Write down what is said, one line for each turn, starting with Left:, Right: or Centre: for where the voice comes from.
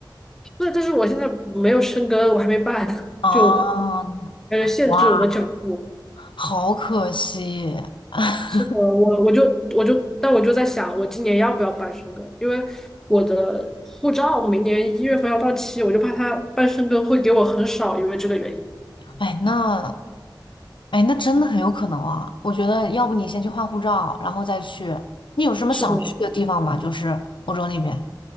Centre: <laughs> 对，但是我现在没有生根，我还没办，
Left: 啊，
Centre: 就感觉限制我的脚步。
Left: 哇！好可惜。<laughs>
Centre: 是的，我我就我就，但我就在想，我今年要不要办申根？因为我的护照明年一月份要到期，我就怕他办申根会给我很少，因为这个原因。
Left: 哎，那哎，那真的很有可能啊。我觉得，要不你先去换护照，然后再去。你有什么想去的地方吗？
Centre: 是的，
Left: 就是欧洲那边，